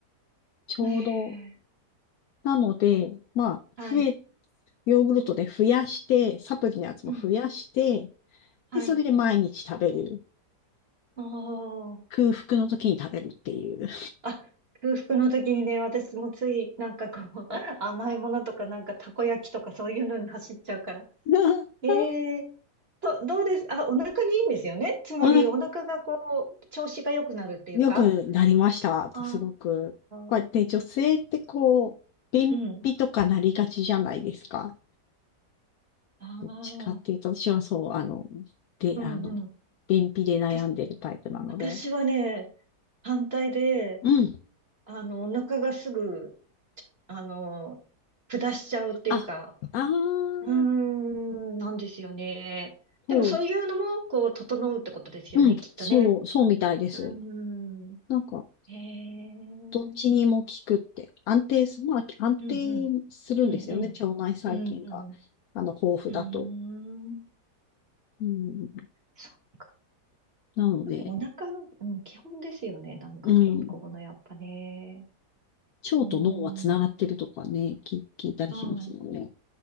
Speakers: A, on the left; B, on the right.
A: ちょうど。
B: ええ
A: なので、まあ、
B: ーはい、
A: 増え、ヨーグルトで増やして、サプリのやつも増やして、
B: うん、はい。
A: で、それで毎日食べる。
B: おー。
A: 空腹の時に食べるっていう。
B: あ、空腹の時にね、私もつい、なんかこう、<laughs> 甘いものとか、なんかたこ焼きとかそういうのに走っちゃうから。
A: <laughs>
B: ええと、どうですあ、お腹にいいんですよね。つまり、
A: お腹
B: お腹がこう、調子が良くなるっていうか。
A: 良くなりました。
B: あ
A: すごく。こうやって女性ってこう、
B: あ、
A: 便秘とかなりがちじゃないですか。
B: うん。あ
A: どっちかっていうと、
B: あ、
A: 私はそう、あの、で、
B: うんうん。
A: あの、便秘で悩んでるタイプなので。
B: 私、私はね、反対で、
A: うん。
B: あの、お腹がすぐ、あの、下しちゃうっていうか、
A: あ、あー、
B: うーん、なんですよね。
A: そう、
B: でも、そういうのも、こう、整うってことですよね、
A: うん、
B: きっとね。
A: そう、そうみたいです。
B: うーん。
A: なんか、
B: へえ。うん
A: どっちにも効くって。安定す、まあ、安定するんですよね。
B: うん。うんうん。
A: 腸内細菌が、
B: うんうん
A: あの、豊富だと。
B: うーん。
A: うん、
B: そう。
A: なので、
B: やっぱお腹、うん、基本ですよね。なんか健康のやっぱね。
A: うん。腸と脳はつながってるとかね、
B: うーん。
A: 聞、聞いたりしますもんね。
B: うん。